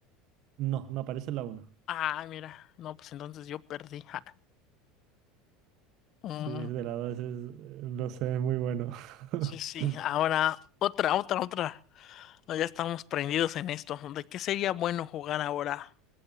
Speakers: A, on the right; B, on the left.
A: No, no aparece la uno
B: Ah, mira. No, pues entonces yo perdí. Ja. Mm,
A: Sí, es de la dos es- no sé, es muy bueno. <laughs>
B: sí, sí. Ahora, otra, otra, otra. No, ya estamos prendidos en esto. ¿De qué sería bueno jugar ahora?